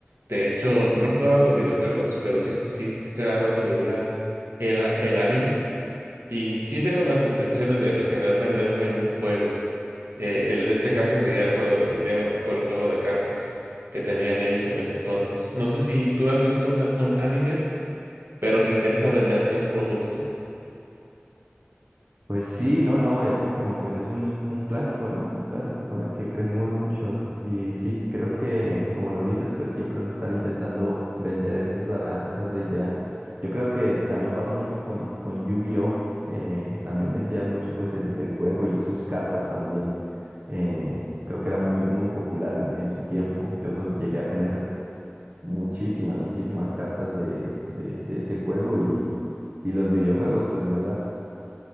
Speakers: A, on the right (about 75°); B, on the right (about 45°).
A: De hecho, no jugaba los videojuegos, pero sí, ju- sí cada rato veía el, a- el anime y sí veo las intenciones de querer venderme un juego. Eh, el- en este caso sería el juego de video o el juego de cartas que tenían ellos en ese entonces. No sé si tú has visto una- un anime, pero que intenta venderte un producto.
B: pues sí, no, no, de Pokémon, pues es un, un clásico, ¿no? Un clásico con el que crecimos mucho. Y sí, creo que, como lo dices, pues siempre nos están intentando vender, esa es la, esa es la idea. Yo creo que también pasa mucho con, con Yu-Gi-Oh, que también vendía mucho pues el, el juego y sus cartas también. Eh, creo que era muy, muy popular en, en su tiempo. Yo llegué a tener muchísimas, muchísimas cartas de, de, de ese juego y Y los videojuegos, pues ni hablar. <laughs>